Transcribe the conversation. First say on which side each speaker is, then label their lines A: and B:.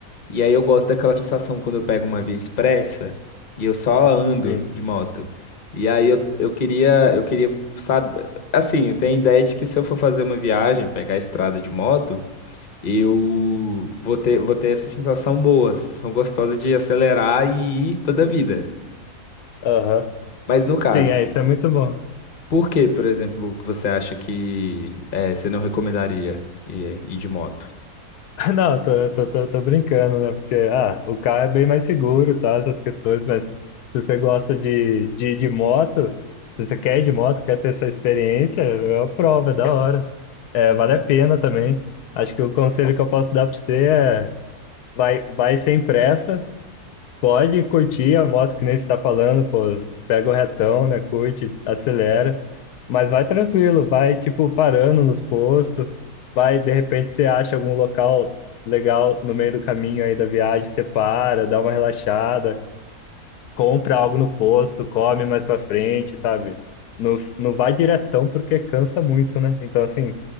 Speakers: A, on the left; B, on the left.
A: E aí eu gosto daquela sensação quando eu pego uma via expressa e eu só ando
B: sim,
A: de moto. E aí eu, eu queria, eu queria, sabe, assim, eu tenho a ideia de que se eu for fazer uma viagem, pegar a estrada de moto eu vou ter, vou ter essa sensação boa, sensação gostosa de acelerar e ir toda a vida.
B: aham,
A: Mas no caso,
B: sim, é, isso é muito bom.
A: por que, por exemplo, que você acha que eh, você não recomendaria ir, ir de moto?
B: <laughs> Não, eu tô, eu tô, tô, tô brincando, né? Porque, ah, o carro é bem mais seguro, tá? Essas questões, mas se você gosta de, de, ir de moto, se você quer ir de moto, quer ter essa experiência, eu aprovo, é da hora. É, vale a pena também. Acho que o conselho que eu posso dar pra você é vai, vai sem pressa, Pode curtir a moto que nem você está falando, pô, pega o retão, né? Curte, acelera, mas vai tranquilo, vai tipo parando nos postos, vai, de repente você acha algum local legal no meio do caminho aí da viagem, você para, dá uma relaxada, compra algo no posto, come mais pra frente, sabe? Não, não vai diretão porque cansa muito, né? Então assim,